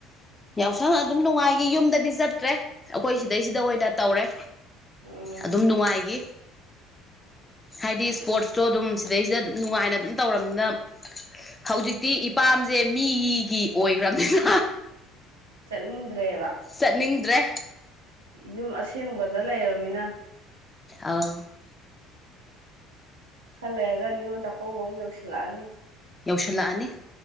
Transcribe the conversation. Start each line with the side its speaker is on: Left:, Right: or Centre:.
Left: ꯌꯥꯎꯁꯪ ꯑꯗꯨꯝ ꯅꯨꯡꯉꯥꯏꯈꯤ ꯌꯨꯝꯗꯗꯤ ꯆꯠꯇ꯭ꯔꯦ ꯑꯩꯈꯣꯏ ꯁꯤꯗꯩꯁꯤꯗ ꯑꯣꯏꯅ ꯇꯧꯔꯦ
Right: ꯎꯝ
Left: ꯑꯗꯨꯝ ꯅꯨꯡꯉꯥꯏꯈꯤ ꯍꯥꯏꯗꯤ ꯏꯁꯄꯣꯔꯠꯁꯇꯣ ꯑꯗꯨꯝ ꯁꯤꯗꯩꯁꯤꯗ ꯑꯗꯨꯝ ꯅꯨꯡꯉꯥꯏꯅ ꯑꯗꯨꯝ ꯇꯧꯔꯕꯝꯅꯤꯅ ꯍꯧꯖꯤꯛꯇꯤ ꯏꯄꯥꯝꯁꯦ ꯃꯤꯒꯤ ꯑꯣꯏꯈ꯭ꯔꯕꯅꯤꯅ
Right: ꯆꯠꯅꯤꯡꯗ꯭ꯔꯦꯕ
Left: ꯆꯠꯅꯤꯡꯗ꯭ꯔꯦ
Right: ꯌꯨꯝ ꯑꯁꯦꯡꯕꯗ ꯂꯩꯔꯕꯃꯤꯅ
Left: ꯑꯥꯎ
Right: ꯈꯜꯂꯛꯑꯒ ꯅꯤꯉꯣꯜ ꯆꯥꯛꯀꯧꯕ ꯑꯃꯨꯛ ꯌꯧꯁꯤꯜꯂꯛꯑꯅꯤ
Left: ꯌꯧꯁꯤꯜꯂꯛꯑꯅꯤ